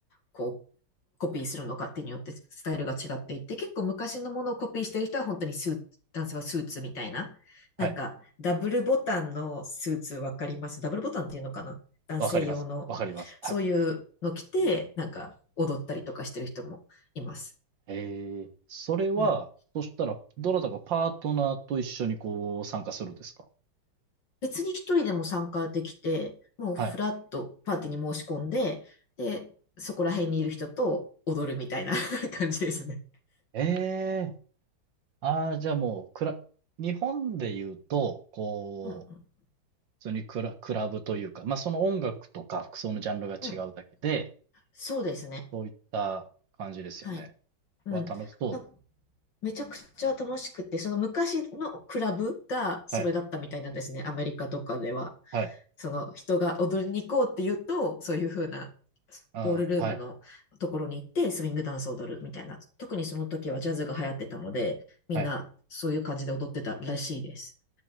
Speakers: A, on the left; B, on the right.
A: こう、コピーするのかってによってスタイルが違っていて、結構昔のものをコピーしてる人は本当にスーツ、男性はスーツみたいな。なんか、
B: はい。
A: ダブルボタンのスーツわかりますダブルボタンっていうのかな男性用の。
B: わかります。わかります。はい。
A: そういうの着て、なんか踊ったりとかしてる人もいます。
B: ええ、それは、
A: うん。
B: そしたら、どなたかパートナーと一緒にこう参加するんですか
A: 別に一人でも参加できて、もうフラッとパーティーに申し込んで、
B: はい。
A: で、そこら辺にいる人と踊るみたいな <laughs> 感じですね。
B: ええ、ああ、じゃあもう、クラ、日本で言うと、こう、
A: うんうん。
B: 普通にクラ、クラブというか、まあその音楽とか服装のジャンルが違うだけで、
A: うん。そうですね。
B: そういった感じですよね。
A: はい。うん。
B: は楽しそうです。
A: なめちゃくちゃ楽しくて、その昔のクラブがそれだったみたいなんですね、
B: はい、
A: アメリカとかでは。
B: はい、
A: その人が踊りに行こうって言うと、そういう風な
B: ああ、
A: ボールルームのところに行ってスウィングダンスを踊るみたいな。
B: はい、
A: 特にその時はジャズが流行ってたので、みんなそういう感じで踊ってたらしいです。
B: はい。